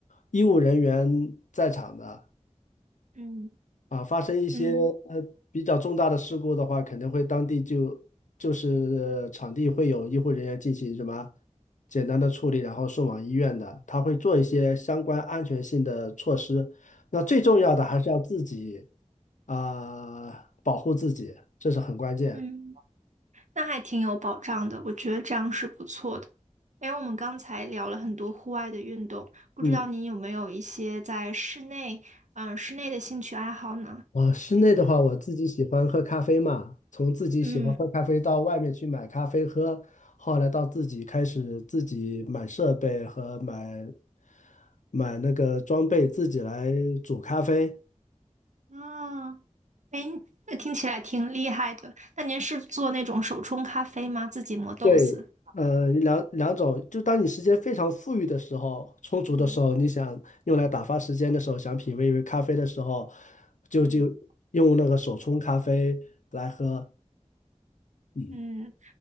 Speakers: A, on the left; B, on the right.
A: 医务人员在场的。
B: 嗯
A: 啊，发生一些呃比较重大的事故的话，
B: 嗯
A: 肯定会当地就就是场地会有医护人员进行什么简单的处理，然后送往医院的，他会做一些相关安全性的措施。那最重要的还是要自己啊，保护自己，这是很关键。
B: 嗯。那还挺有保障的，我觉得这样是不错的。哎，我们刚才聊了很多户外的运动，不知道您有没有一些在室内，
A: 嗯。
B: 嗯、室内的兴趣爱好呢？
A: 啊，室内的话，我自己喜欢喝咖啡嘛，从自己喜欢喝咖啡到外面去买咖啡喝，
B: 嗯，
A: 后来到自己开始自己买设备和买买那个装备，自己来煮咖啡。
B: 啊，哎，那听起来挺厉害的。那您是做那种手冲咖啡吗？自己磨豆子？
A: 对，呃，两两种，就当你时间非常富裕的时候，充足的时候，
B: 嗯
A: 你想用来打发时间的时候，想品味一杯咖啡的时候，就就用那个手冲咖啡来喝。
B: 嗯。
A: 嗯
B: 嗯，